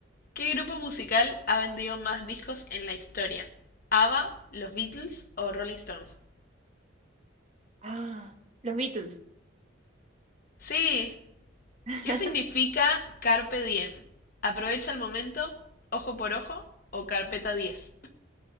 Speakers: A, on the left (about 45°); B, on the right (about 35°).
A: ¿Qué grupo musical ha vendido más discos en la historia? ¿ABBA, los Beatles o Rolling Stones?
B: Ah, los Beatles.
A: Sí.
B: <laughs>
A: ¿Qué significa carpe diem? ¿Aprovecha el momento, ojo por ojo o carpeta 10?